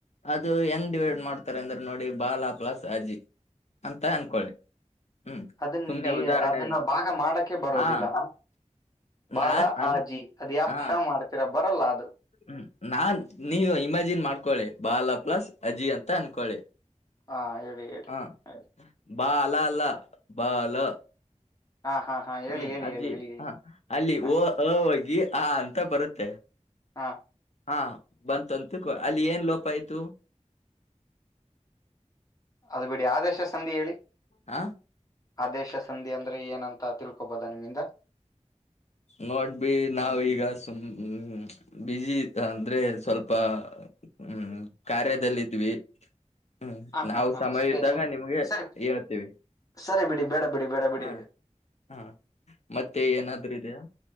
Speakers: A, on the left; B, on the left.
A: ಅದು ಹೆಂಗ್ ಡಿವೈಡ್ ಮಾಡ್ತಾರೆ ಅಂದ್ರೆ ನೋಡಿ ಬಾಲಾ ಪ್ಲಸ್ ಅಜ್ಜಿ ಅಂತ ಅನ್ಕೊಳ್ಳಿ ಹ್ಮ್
B: ಅದನ್
A: ಸುಮ್ನೆ ಉದಾಹರಣೆ
B: ಅದನ್ನ ಭಾಗ ಮಾಡೋಕೆ ಬರೋದಿಲ್ಲ
A: ಹಾ
B: ಬಾಲ
A: ನಾ ಅನ್
B: ಆಜಿ ಅದು ಯಾವ್
A: ಹಾ
B: ಥರ ಮಾಡ್ತೀರಾ ಬರಲ್ಲ ಅದು
A: ಹ್ಮ್ ನಾನ್ ನೀವು ಇಮ್ಯಾಜಿನ್ ಮಾಡ್ಕೊಳಿ ಬಾಲ ಪ್ಲಸ್ ಅಜೀ ಅಂತ ಅನ್ಕೊಳಿ
B: ಹಾ ಹೇಳಿ ಹೇಳಿ
A: ಹಾ
B: ಹೇಳಿ.
A: ಬಾ ಲಾ ಅಲ್ಲ ಬಾಲ
B: ಹಾ ಹಾ ಹಾ ಹೇಳಿ
A: ಹ್ಮ್
B: ಹೇಳಿ
A: ಅಜ್ಜಿ
B: ಹೇಳಿ ಹೇಳಿ ಹೇಳಿ
A: ಹ ಅಲ್ಲಿ
B: ಹಾ
A: ೋಗಿ ಹಾ ಅಂತ ಬರುತ್ತೆ
B: ಹಾ
A: ಹಾ ಬಂತಂತು ಅಲ್ಲಿ ಏನ್ ಲೋಪಯತ ತ್ತು
B: ಅದು ಬಿಡಿ ಆದೇಶ ಸಂಧಿ ಹೇಳಿ
A: ಹ
B: ಆದೇಶ ಸಂಧಿ ಅಂದ್ರೆ ಏನಂತ ತಿಳ್ಕೊಬೋದಾ ನಿಮ್ಮಿಂದ
A: ನೋಡ್ವಿ ನಾವ ಈಗ ಸುಮ್ ಬಜಿ ಅಂದ್ರೆ ಸ್ವಲ್ಪ ಹ್ಮ್ ಕಾರ್ಯದಲ್ಲಿದ್ವಿ ಹ್ಮ್
B: ಹಾ
A: ನಾವವು
B: ಹಾ ಹಾ
A: ಸಮಯ
B: ಸರಿ
A: ಇದ್ದಾಗ
B: ಸ್ವಲ್ಪ
A: ನಿಮ್ಗೆ
B: ಸರಿ
A: ಹೇಳ್ತೇವಿ
B: ಸರಿ ಬಿಡಿ ಬೇಡ ಬಿಡಿ ಬೇಡ ಬಿಡಿ
A: ಹಾ ಹ ಮತ್ತೆ ಏನಾದ್ೂ ಇದೆಯಾ